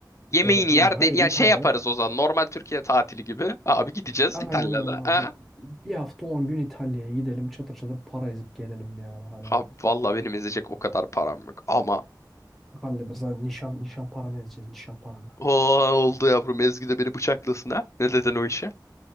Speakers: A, on the left (about 40°); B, in the centre.
A: Yemeğini
B: Evet yani
A: yer
B: hani
A: de yani
B: İtalya'da
A: şey yaparız o zaman normal Türkiye tatili gibi. Abi gideceğiz
B: aynen
A: İtalya'da.
B: öyle abi.
A: Ha?
B: Bir hafta 10 gün İtalya'ya gidelim. Çatır çatır para ezip gelelim yani hani.
A: Abi valla benim ezecek o kadar param yok ama
B: Hallederiz. Hani nişan, nişan paranı ezeceğiz. Nişan paranı.
A: o oldu yavrum Ezgi de beni bıçaklasın ha. Ne dedin o işe?